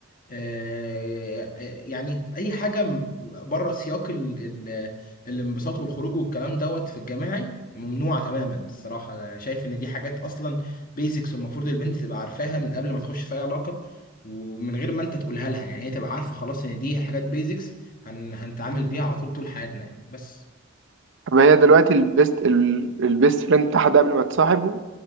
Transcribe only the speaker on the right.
طب هي دلوقتي البيست ال- البيست فريند بتاعها ده قبل ما تصاحبوا